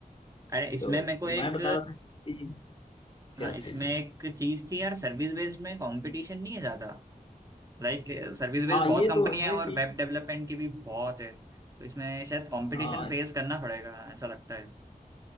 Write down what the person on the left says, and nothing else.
तो
मैं बता रहा था कि क्या
चीज
हाँ
ये
तो
है
कि
हाँ